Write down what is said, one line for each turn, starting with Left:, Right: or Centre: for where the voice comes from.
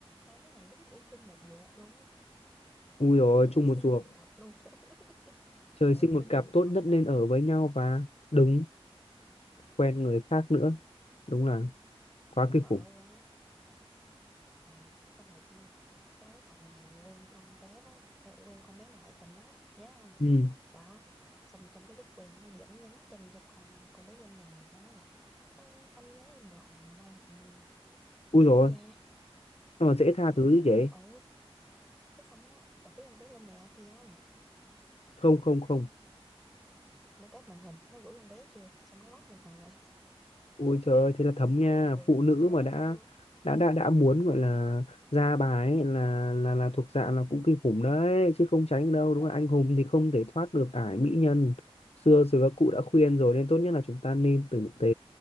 Centre: hai đứa này đúng kiểu chung một ruột luôn
Left: ui rồi
Centre: trời
Left: chung
Centre: sinh
Left: một ruột
Centre: một cặp luôn <laughs>
Left: trời
Centre: trời
Left: sinh một
Centre: sinh
Left: cặp
Centre: một
Left: tốt
Centre: cặp
Left: nhất
Centre: đó
Left: nên ở với nhau và đừng quen người khác nữa đúng là quá
Centre: sợ
Left: kinh khủng
Centre: quá ờ xong rồi nha cái thằng này quen con bé đó à, quen con bé mà ngoại tình đó nhớ không
Left: ừ
Centre: đó xong trong cái lúc quen nó vẫn nhắn tin cho con con bé Linh này nè nó nói là ừ, anh nhớ em rồi mình quay lại nha
Left: ui
Centre: chị
Left: rồi
Centre: cha
Left: sao mà dễ tha
Centre: chị
Left: thứ như
Centre: cha
Left: vậy
Centre: ừ cái xong á bà biết con bé Linh này làm gì không
Left: không không không
Centre: nó cáp màn hình nó gửi con bé kia xong nó lóc con thằng này
Left: Ôi trời ơi,
Centre: <laughs>
Left: thế là thấm
Centre: mắc
Left: nha,
Centre: cười gần
Left: phụ nữ
Centre: chết
Left: mà đã
Centre: luôn
Left: đã đã đã muốn gọi là ra bài ấy, là là là thuộc dạng là cũng kinh khủng đấy, chứ không tránh được đâu,
Centre: đó
Left: đúng không? Anh hùng thì không thể thoát được ải mỹ nhân. Xưa giờ các cụ đã khuyên rồi nên tốt nhất là chúng ta nên tử tế,